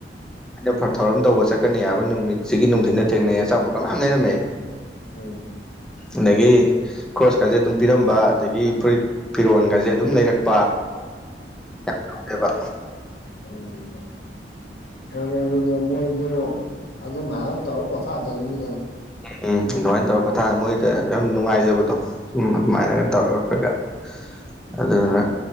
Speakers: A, in the centre; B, on the left.
A: ꯑꯩꯅ ꯊꯧꯔꯝ ꯇꯧꯕ ꯆꯠꯀꯅꯤ ꯍꯥꯏꯕ ꯅꯨꯃꯤꯠꯁꯤꯒꯤ ꯅꯨꯡꯊꯤꯗ ꯊꯦꯡꯅꯩ ꯑꯆꯄꯠ ꯀ ꯃꯌꯥꯝ ꯂꯩꯔꯝꯃꯦ
B: ꯎꯝ
A: ꯑꯗꯒꯤ ꯀ꯭ꯔꯣꯁꯀꯥꯁꯦ ꯑꯗꯨꯝ ꯄꯤꯔꯝꯕ ꯑꯗꯒꯤ ꯐꯨꯔꯤ ꯐꯤꯔꯣꯟ ꯒꯖꯦꯠ ꯑꯗꯨꯝ ꯂꯩꯔꯛꯄ ꯌꯥꯝ ꯌꯥꯎꯋꯦꯕ
B: ꯎ ꯍ ꯑꯗꯨ ꯃꯣꯏꯁꯨꯣ ꯑꯗꯨ ꯃꯥꯏ ꯇꯔ ꯀꯊ ꯔꯤꯅꯤ
A: ꯎꯝ ꯎꯝ ꯑꯗꯨꯃꯥꯏꯅ ꯇꯧꯔꯒ ꯄꯣꯊꯥꯔ ꯃꯣꯏꯗ ꯌꯥꯝ ꯅꯨꯡꯉꯥꯏꯖꯕꯗꯣ ꯁ ꯑꯗꯨꯃꯥꯏꯅꯒ
B: ꯎꯝ
A: ꯇꯧꯔꯒ ꯑꯩꯈꯣꯏꯒ
B: ꯎꯝ
A: ꯑꯗꯨꯗꯨꯅ